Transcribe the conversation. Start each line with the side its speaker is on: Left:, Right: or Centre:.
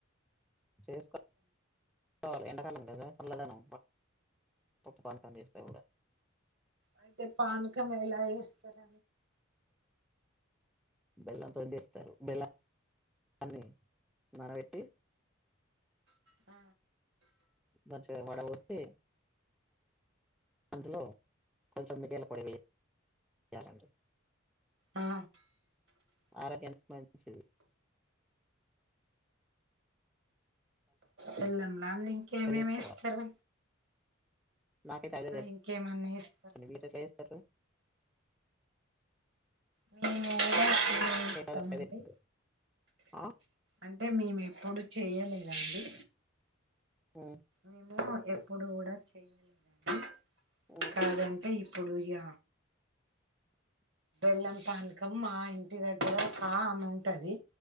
Centre: చేకోవాలే ఎండాకాలం కదా చల్లదానం ఉప్పంత వేస్తె కూడ
Right: అయితే పానకం ఎలా వేస్తార్
Centre: బెల్లంంతోటి చేస్తారు బెల్లం అన్ని నానబెట్టి
Right: ఆ
Centre: మంచిగా వడ బోసి అందులొ కొంచం చం మిరియాల పొడి వేయి యాలండి
Right: ఆ
Centre: ఆరోగ్యానికి మం చెయి
Right: తెల్లంలని ఇంకేమేమి
Centre: చేసుకోవాలి
Right: ఏస్తరు
Centre: నాకైతే అదే తెల్స్
Right: ఇంకేమన్నా వేస్తారు
Centre: మీరు గెట్ల చేస్తరు
Right: మేము
Centre: నాకైతే
Right: ఇస్తాం
Centre: అదొక్కటే
Right: అండి
Centre: తెలుసు ఆ
Right: అంటే మేము ఎప్పుడు చేయ్యలేదండి
Centre: ఉమ్
Right: మీధ ఎప్పుడు కూడ చెయ్యలేదండి
Centre: ఉమ్
Right: కాదంటె ఇ అప్పుడయ్య బెల్లం పానకం మా ఇంటి దగ్గర ఒక ఆమె ఉంటది